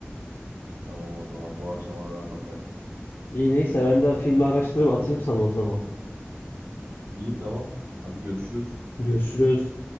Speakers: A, on the right; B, on the left.
A: Tamam o zaman bu akşamına ben bakarım.
B: İyi neyse ben de filmi araştırırım atayım sana o zaman.
A: İyi tamam. Hadi görüşürüz.
B: Görüşürüz.